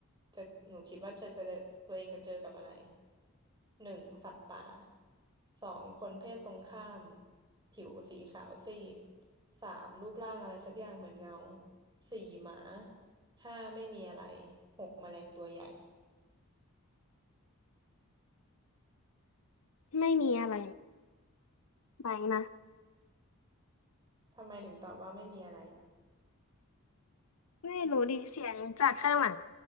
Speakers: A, on the right (about 20°); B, on the left (about 80°).
A: จะหนูคิดว่าจะจะเจอตัวเองจะเจอกับอะไร หนึ่งสัตว์ป่าสองคนเพศตรงข้ามผิวสีขาวซีดสามรูปร่างอะไรสักอย่างเหมือนเงาสี่หมาห้าไม่มีอะไรหกแมลงตัวใหญ่
B: ไม่มีอะไรไปนะ
A: ทำไมถึงตอบว่าไม่มีอะไรอ่ะ
B: ไม่รู้ดิเสียงจากข้างหลัง